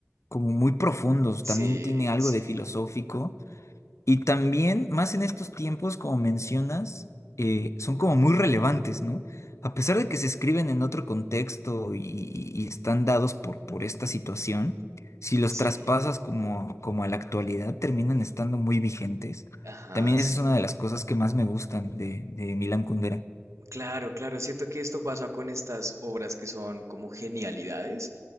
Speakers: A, on the left; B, on the right.
A: como muy profundos,
B: sí,
A: también tiene algo
B: sí,
A: de filosófico y también, más en estos tiempos, como mencionas, eh, son como muy relevantes, ¿no? A pesar de que se escriben en otro contexto y, y- y están dados por, por esta situación, si los
B: sí,
A: traspasas como, como a la actualidad, terminan estando muy vigentes.
B: ajá,
A: También
B: sí.
A: esa es una de las cosas que más me gustan de, de Milán Kundera.
B: Claro, claro, siento que esto pasa con estas obras que son como genialidades,